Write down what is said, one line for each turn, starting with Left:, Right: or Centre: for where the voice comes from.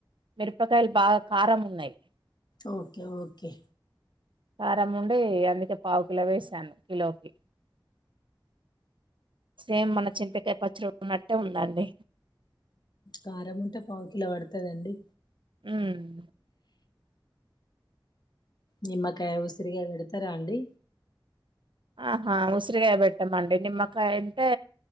Right: మిరపకాయలు బాగా కారం ఉన్నాయి
Left: ఓకే ఓకే
Right: కారం ఉండి అందుకే పావు కిలో వేసాను కిలోకి సేమ్ మన చింతకాయ పచ్చడి ఉన్నట్టే ఉందండి
Left: కారం ఉంటే పావు కిలో పడుతదండి
Right: ఊమ్
Left: నిమ్మకాయ ఉసిరిగాయా పెడతారా అండి,
Right: ఆహా ఉసిరిగాయ పెట్టామండి నిమ్మకాయ అంటే